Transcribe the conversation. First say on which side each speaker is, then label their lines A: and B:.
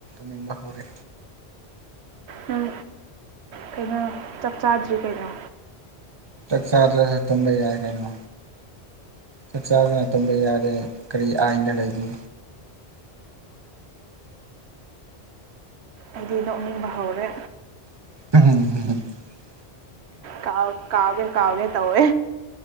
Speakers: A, on the right; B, on the right.
A: ꯅꯤꯡꯕ ꯍꯧꯔꯦ
B: ꯅꯪ ꯀꯩꯅꯣ ꯆꯥꯛ ꯆꯥꯗ꯭ꯔꯤ ꯀꯩꯅꯣ
A: ꯆꯥꯛ ꯆꯥꯗ꯭ꯔꯁꯨ ꯇꯨꯝꯕ ꯌꯥꯏ ꯀꯩꯅꯣ ꯆꯥꯛ ꯆꯥꯗꯅ ꯇꯨꯝꯕ ꯌꯥꯗꯦ ꯀꯔꯤ ꯑꯥꯏꯟꯗ ꯂꯩꯒꯦ
B: ꯑꯩꯗꯤ ꯅꯣꯛꯅꯤꯡꯕ ꯍꯧꯔꯦ
A: <inaudible>
B: ꯀꯥꯎ ꯀꯥꯎꯒꯦ ꯀꯥꯎꯒꯦ ꯇꯧꯋꯦ